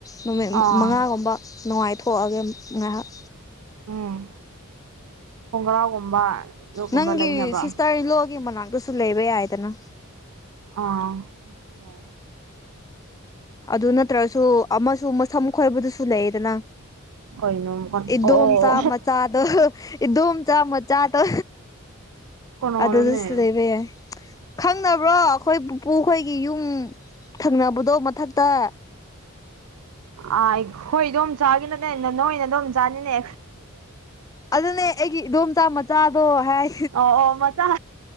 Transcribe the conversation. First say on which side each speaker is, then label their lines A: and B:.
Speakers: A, on the left (about 15°); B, on the right (about 85°).
A: ꯅꯨꯃꯤꯠ
B: ꯑꯥ
A: ꯃꯉꯥꯒꯨꯝꯕ ꯅꯨꯡꯉꯥꯏꯊꯣꯛꯑꯒꯦ ꯉꯥꯏꯍꯥꯛ
B: ꯎꯝ ꯈꯣꯡꯒ꯭ꯔꯥꯎꯒꯨꯝꯕ ꯑꯗꯨꯒꯨꯝꯕ
A: ꯅꯪꯒꯤ
B: ꯂꯩꯅꯕ
A: ꯁꯤꯁꯇꯔ ꯏꯂꯣꯒꯤ ꯃꯅꯥꯛꯇꯁꯨ ꯂꯩꯕ ꯌꯥꯏꯗꯅ
B: ꯑꯥ ꯌꯥꯏ
A: ꯑꯗꯨ ꯅꯠꯇ꯭ꯔꯁꯨ ꯑꯃꯁꯨ ꯃꯁꯝ ꯈꯣꯏꯕꯗꯨꯁꯨ ꯂꯩꯌꯦꯗꯅ
B: ꯀꯩꯅꯣ ꯑꯣ
A: ꯏꯗꯣꯝꯆꯥ
B: ꯑꯣ
A: ꯃꯆꯥ ꯗꯣ ꯏꯗꯣꯝꯆ ꯆꯥꯃꯗꯣ
B: ꯀꯅꯥꯅꯣꯅꯦ
A: ꯑꯗꯨꯗꯁꯨ ꯂꯩꯕ ꯌꯥ ꯈꯪꯅꯕ꯭ꯔꯣ ꯑꯈꯣꯏ ꯄꯨꯄꯨꯈꯣꯏꯒꯤ ꯌꯨꯝ ꯊꯪꯅꯕꯗꯣ ꯃꯊꯛ ꯇ
B: ꯑꯥ ꯑꯩꯈꯣꯏꯗꯣꯝ ꯆꯥꯒꯤꯅꯅꯦ ꯅ ꯅꯣꯏ ꯅꯗꯣꯝ ꯆꯥꯅꯤꯅꯦ
A: ꯑꯗꯨꯅꯦ ꯑꯩꯒꯤ ꯏꯗꯣꯝꯆꯥ ꯃꯆꯥꯗꯣ ꯍꯥꯏ
B: ꯑꯣ ꯑꯣ ꯃꯆꯥ